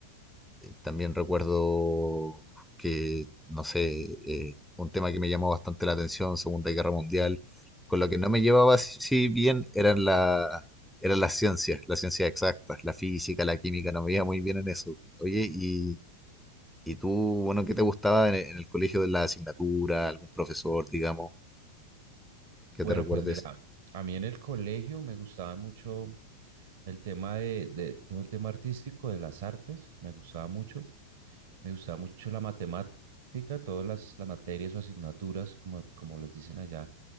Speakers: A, in the centre; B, on the right (about 55°).
A: También recuerdo que, no sé, eh, un tema que me llamó bastante la atención, Segunda Guerra Mundial, con lo que no me llevaba si si bien eran la, eran las ciencias, las ciencias exactas, la física, la química, no me iba muy bien en eso. Oye, y, y tú, bueno, ¿qué te gustaba en, el en el colegio de la asignatura? ¿Algún profesor, digamos, que
B: Bueno,
A: te recuerdes?
B: pues mira, a mí en el colegio me gustaba mucho el tema de, de todo el tema artístico, de las artes, me gustaba mucho. Me gustaba mucho la matemática, todas las, las materias o asignaturas, como, como les dicen allá,